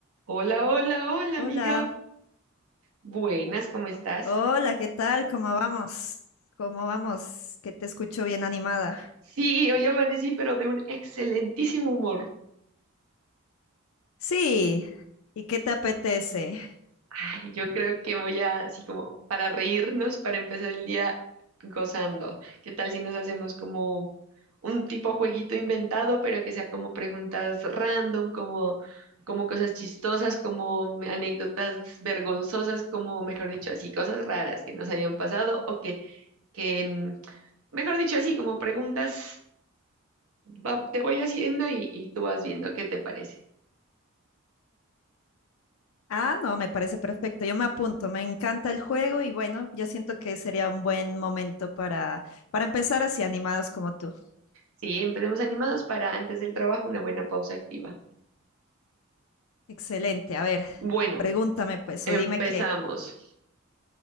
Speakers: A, on the right (about 85°); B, on the left (about 70°).
A: Hola, hola, hola,
B: Hola,
A: amiga. Buenas, ¿cómo estás?
B: hola, ¿qué tal? ¿Cómo vamos? ¿Cómo vamos? Que te escucho bien animada.
A: Sí, hoy amanecí, pero de un excelentísimo humor.
B: Sí, ¿y qué te apetece?
A: Ay, yo creo que voy a, así como, para reírnos, para empezar el día gozando. ¿Qué tal si nos hacemos como un tipo jueguito inventado, pero que sea como preguntas random, como, como cosas chistosas, como me- anécdotas vergonzosas, como, mejor dicho, así, cosas raras que nos hayan pasado o que, que, mm, mejor dicho, así, como preguntas. va- te voy haciendo y, y tú vas viendo qué te parece.
B: Ah, no, me parece perfecto. Yo me apunto, me encanta el juego y bueno, yo siento que sería un buen momento para, para empezar así animados como tú.
A: Sí, empecemos animados para antes del trabajo una buena pausa activa.
B: Excelente, a ver,
A: Bueno,
B: pregúntame pues
A: empezamos.
B: o dime qué.